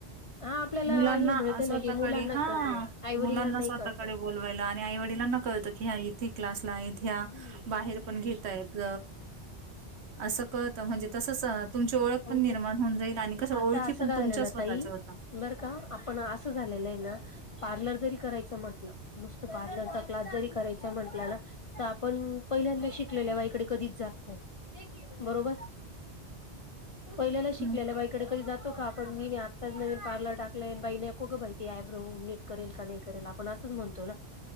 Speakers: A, on the left (about 55°); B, on the right (about 70°).
A: हा आपल्याला
B: मुलांना
A: हे मिळतं
B: आ स्वतःकडे
A: ना की मुलांना
B: हा,
A: कळतं
B: हामुलांना
A: आईवडिलांनाही
B: स्वतःकडे
A: कळतं.
B: बोल आणि आईवडिलाना कळतं, की हा इथे क्लासला आहेथ, ह्या
A: हम्म
B: बाहेर पण घेतायेत असं कळतं, म्हणजे तसंच तुमची ओळख
A: हो
B: पण निर्माण होऊन जाईल, आणि कसं ओळखी
A: आता असं
B: पण
A: झालं
B: तुमच्या
A: ना
B: स्वतःच्या
A: ताई
B: होतात
A: बरं का, आपण असं झालेलं आहे ना पार्लर जरी करायचं म्हंटलं, नुसतं पार्लरचा क्लास जरी करायचा म्हंटलं ना तर, आपण पहिल्यांदा शिकलेल्या बाई इकडे कधीच जात नाही, बरोबर पहिल्याला शिकलेल्या
B: हं.
A: बाई कडे कधी जातो का आपण, मी नाही, आत्ताच नवीन पार्ल टाकलंय, आणि बाई नको का बाई ती, आयब्रो नीट करेल का नाही करेल आपण असंच म्हणतो ना